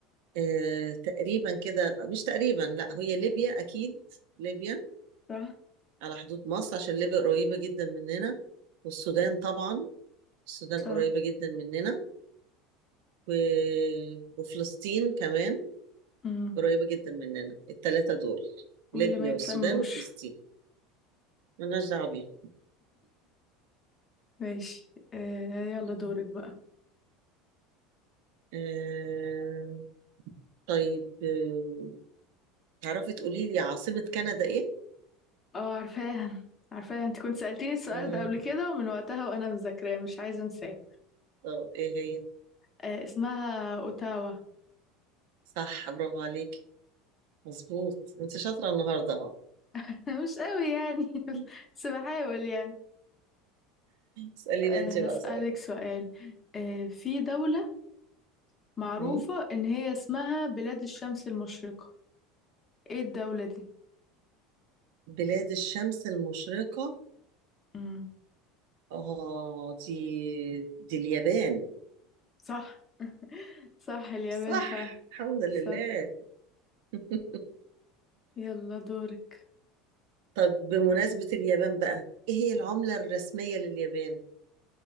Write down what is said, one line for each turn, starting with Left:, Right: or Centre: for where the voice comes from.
Right: آه، تقريبا كده مش تقريبا لا هي ليبيا أكيد ليبيا
Left: صح
Right: على حدود مصر عشان ليبيا قريبة جدا مننا والسودان طبعا السودان
Left: صح
Right: قريبة جدا مننا و... وفلسطين كمان
Left: مم.
Right: قريبة جدا مننا التلاتة دول ليبيا
Left: واللي ما يتسموش
Right: والسودان وفلسطين ملناش دعوة بيهم
Left: ماشي آه يلا
Right: مم.
Left: دورك بقى
Right: آه، طيب آه، تعرفي تقولي لي عاصمة كندا ايه؟
Left: اه عارفاها عارفاها انت كنت سألتيني السؤال
Right: مم.
Left: ده قبل كده ومن وقتها وانا مذاكراه مش عايزة انساه
Right: طب ايه هي؟
Left: آه اسمها اوتاوا
Right: صح برافو عليكي مظبوط انت شاطرة النهاردة اهو
Left: <laughs> مش قوي يعني <laughs>
Right: <laughs>
Left: بس بحاول يعني
Right: اسأليني
Left: آه
Right: انت بقى
Left: هسألك
Right: سؤال
Left: سؤال آه في دولة معروفة
Right: مم.
Left: ان هي اسمها بلاد الشمس المشرقة ايه الدولة دي
Right: بلاد الشمس المشرقة
Left: مم.
Right: اه دي دي اليابان
Left: صح صح اليابان
Right: صح
Left: فعلا
Right: الحمد لله
Left: صح
Right: <laughs>
Left: يلا دورك
Right: طب بمناسبة اليابان بقى ايه هي العملة الرسمية لليابان؟